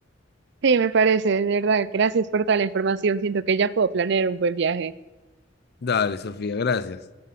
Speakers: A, on the right; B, on the left.
A: Sí, me parece, de verdad. Gracias por toda la información. Siento que ya puedo planear un buen viaje.
B: Dale, Sofía, gracias.